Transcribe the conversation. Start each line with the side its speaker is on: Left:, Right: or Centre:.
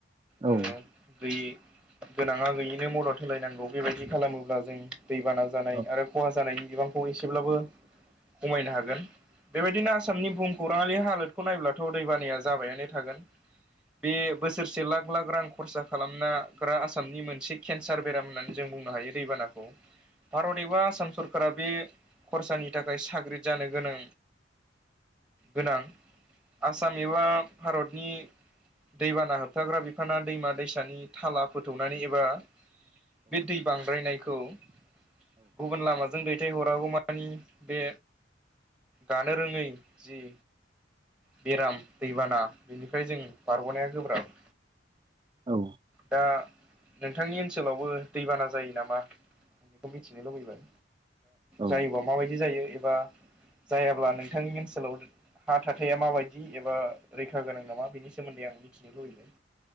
Right: औ
Centre: ओ गैयि गोनाङा गैयैनो मदद होलायनांगौ बेबायदि खालामो अब्ला जों दैबाना जानाय
Right: औ
Centre: आरो खहा जानायनि बिबांखौ एसेब्लाबो खमायनो हागोन। बेबायदिनो आसामनि भुुमखौराङलि हालोदखौ नायब्ला थ दैबानाया जाबायनानै थागोन बे बोसोर बोरसे लाख लाख रां खरसा खालामनग्रा आसामनि मोनसे केन्सार बेराम होननानै जों बुंनो हायो। दैबानाखौ भारत एबा आसाम सरका बे खरसानि थाखाय साग्रिद जानो गोनां गोनां। आसाम एबा भारतनि दैबाना होबथाग्रा बिफाना दैमा दैसानि थाला फोथौनानै एबा बे दै बांद्रायनायखौ गुब गुबुन लामाजों दैथायहरगौ मानि बे गानो रोङै जि बेराम दैबाना बेनिफ्राय जों बारग'नाया गोब्राब।
Right: औ औ
Centre: दा नोंथांनि ओनसोलावबो दैबाना जायो नामा? आ बेखौ मिथिनो लुबैबाय?
Right: औ
Centre: जायोबा माबायदि जायो एबा जायाब्ला नोंथांनि ओनसोलाव हााथार खोथायाइा माबायदि एबा रैखा गोनां नामा बेनि सोमोन्दै आं मिथिनो लुबैदों?